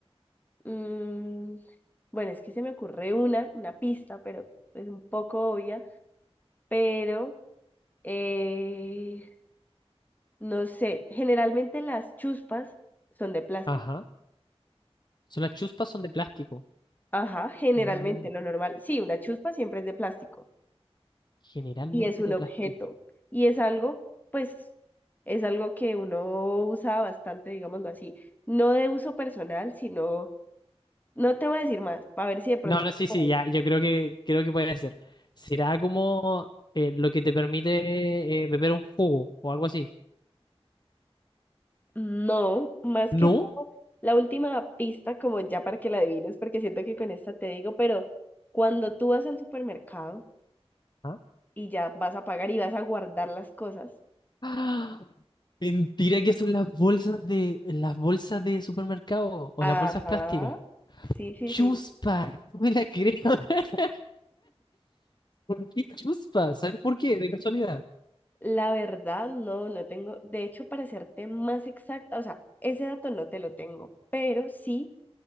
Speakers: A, on the left; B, on the left.
A: mm, bueno, es que se me ocurre una, una pista, pero es un poco obvia, pero, eh, no sé, generalmente las chuspas son de plástico.
B: Ajá. Son las chuspas son de plástico.
A: Ajá, generalmente
B: Mm,
A: lo normal. Sí, una chuspa siempre es de plástico
B: generalmente
A: y es un
B: de
A: objeto
B: plástico.
A: y es algo, pues, es algo que uno usa bastante, digámoslo así. No de uso personal, sino, no te voy a decir más, para ver si de pronto
B: No, no, sí,
A: por
B: sí,
A: ahí.
B: ya, yo creo que creo que puede ser. Será como eh, lo que te permite eh, beber un jugo o algo así.
A: No, más
B: ¿No?
A: que todo, la última pista, como ya para que la adivines, porque siento que con esta te digo, pero cuando tú vas al supermercado
B: ¿Ah?
A: y ya vas a pagar y vas a guardar las cosas.
B: ¡Ah! Mentira que son las bolsas de las bolsas de supermercado o
A: Ajá,
B: las bolsas plásticas.
A: sí, sí,
B: Chuspa,
A: sí.
B: <laughs> no me la creo. <laughs> ¿Por qué chuspa? ¿Sabes por qué? De casualidad.
A: La verdad, no, no tengo. De hecho, para serte más exacta, o sea, ese dato no te lo tengo, pero sí